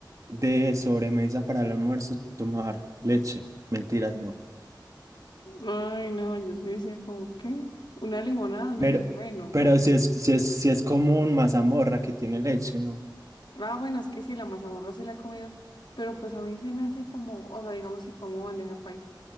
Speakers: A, on the right (about 45°); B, on the left (about 80°).
A: de sobremesa para el almuerzo tomar leche. Mentiras, no.
B: Ay, no, yo sí decía como, ¿qué? Una limonada, uno
A: Pero,
B: dice, bueno,
A: pero
B: pero...
A: si es, si es, si es como un mazamorra que tiene leche, ¿no?
B: Ah, bueno, es que sí, la mazamorra sí la he comido, pero pues a mí se me hace como, o sea, digamos si como bandeja paisa.